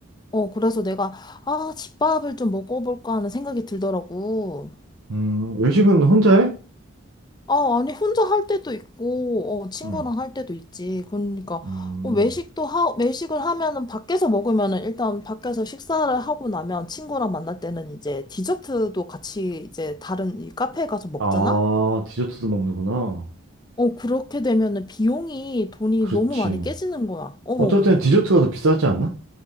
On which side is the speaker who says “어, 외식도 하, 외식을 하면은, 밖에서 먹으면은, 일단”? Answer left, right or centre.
Left